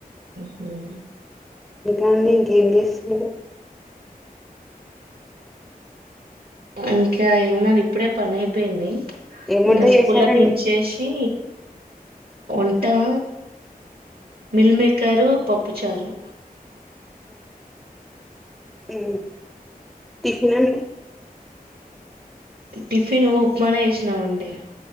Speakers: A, on the right; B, in the centre.
A: ఉ
B: ఇంకాండి ఇంకేం చేస్తున్నారు
A: ఇంకా ఏమన్నాను ఇప్పుడే పని అయిపోయింది
B: ఏం
A: ఇంకా
B: వంట
A: స్కూల్లో
B: చేశారండి
A: దించేసి ఉంటాం మిల్ మేకరు పప్పు చారు
B: ఉ టిఫిన్ అండి
A: టిఫిన్ ఉప్మానే ఏషినామండి